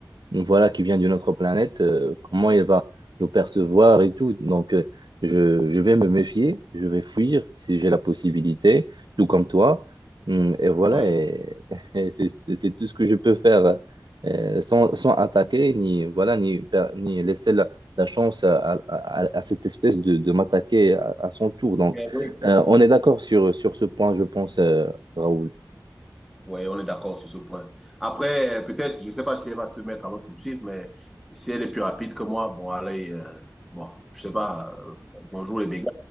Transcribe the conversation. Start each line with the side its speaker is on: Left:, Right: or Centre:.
Right: voilà, qui vient d'une autre planète, euh, comment il va le percevoir et tout. Donc, euh, je, je vais me méfier, je vais fuir si j'ai la possibilité, tout comme toi. Hum, Et voilà,
Centre: oui.
Right: et, <laughs> et c'est c'est tout ce que je peux faire euh, sans, sans attaquer, ni, voilà, ni, per- ni laisser la, la chance à, à- à- à cette espèce de, de m'attaquer à, à son tour. Donc,
Centre: oui.
Right: euh, on est d'accord sur, sur ce point, je pense, euh, Raoul.
Centre: Oui, on est d'accord sur ce point. Après, peut-être, je ne sais pas si elle va se mettre à me poursuivre, mais si elle est plus rapide que moi, bon, allez, euh, bon, je sais pas, euh, bonjour les dégâts,